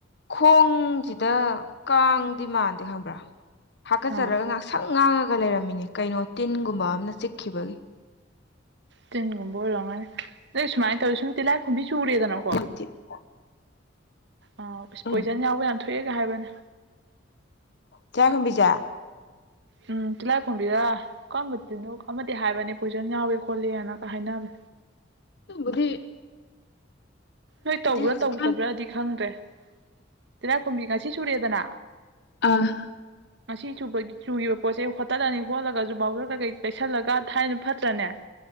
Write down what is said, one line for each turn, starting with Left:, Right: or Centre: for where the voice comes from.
Left: ꯈꯣꯡꯖꯤꯗ ꯀꯥꯡꯗꯤ ꯃꯥꯟꯗꯦ ꯈꯪꯕ꯭ꯔꯥ ꯍꯥꯀꯠꯆꯔꯒ
Right: ꯑꯥ
Left: ꯉꯥꯛꯁꯪ ꯉꯥꯡꯉꯒ ꯂꯩꯔꯝꯃꯤꯅꯦ ꯀꯩꯅꯣ ꯇꯤꯟꯒꯨꯝꯕ ꯑꯃꯅ ꯆꯤꯛꯈꯤꯕꯒꯤ꯫
Right: ꯇꯤꯟꯒꯨꯝꯕ ꯑꯣꯏꯔꯝꯅꯤ ꯑꯗꯩ ꯁꯨꯥꯏ ꯇꯧꯔꯤ ꯁꯨꯝ ꯇꯤꯂꯥꯏꯈꯨꯝꯕꯤ ꯆꯨꯔꯦꯗꯅꯣ
Left: <unintelligible>
Right: ꯑ ꯑꯁ
Left: ꯎꯝ
Right: ꯄꯣꯏꯖꯟ ꯌꯥꯎꯕ ꯌꯥꯝ ꯊꯣꯛꯑꯦꯒ ꯍꯥꯏꯕꯅꯦ
Left: ꯇꯤꯂꯥꯏꯈꯨꯝꯕꯤꯖꯦ
Right: ꯎꯝ ꯇꯤꯜꯂꯥꯏ ꯈꯣꯝꯕꯤꯔꯥ ꯀꯔꯝꯕ ꯇꯤꯟꯅꯣ ꯑꯃꯗꯤ ꯍꯥꯏꯕꯅꯦ ꯄꯣꯏꯁꯟ ꯌꯥꯎꯋ ꯈꯣꯠꯂꯦꯅꯒ ꯍꯥꯏꯅꯕꯅꯦ
Left: ꯕꯨꯗꯤ
Right: ꯅꯣꯏ ꯇꯧꯕ꯭ꯔꯥ
Left: ꯍꯧꯖꯤꯛꯀꯥꯟ
Right: ꯇꯧꯗꯕ꯭ꯔꯥꯗꯤ ꯈꯪꯗ꯭ꯔꯦ꯫ ꯇꯤꯂꯥꯏꯈꯨꯝꯕꯤ ꯉꯁꯤ ꯆꯨꯔꯦꯗꯅ
Left: ꯑꯥ
Right: ꯉꯁꯤꯨꯕ ꯆꯨꯈꯤꯕ ꯄꯣꯠꯁꯦ ꯍꯣꯠꯇꯠꯂꯅꯤ ꯍꯣꯠꯂꯒꯁꯨ ꯕꯥꯎꯗꯔꯒ ꯀꯩ ꯀꯩꯁꯜꯂꯒ ꯊꯥꯏꯅ ꯐꯠꯇ꯭ꯔꯅꯦ <unintelligible>